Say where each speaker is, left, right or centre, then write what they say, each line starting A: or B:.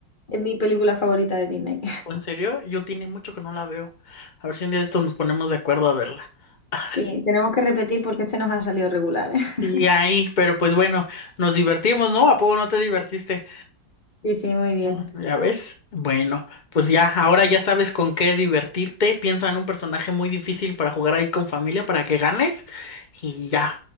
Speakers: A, on the left (about 30°); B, on the left (about 55°).
A: en mi película favorita de Disney.
B: ¿O en serio? Yo tiene mucho que no la veo. A ver si un día de estos nos ponemos de acuerdo a verla. <laughs>
A: Sí, tenemos que repetir porque este nos ha salido regular, ¿eh? <laughs>
B: Sí, ahí, pero pues bueno, nos divertimos, ¿no? ¿A poco no te divertiste?
A: Sí, sí, muy bien.
B: Oh, ¿ya ves? Bueno, pues ya, ahora ya sabes con qué divertirte. Piensa en un personaje muy difícil para jugar ahí con familia para que ganes y ya,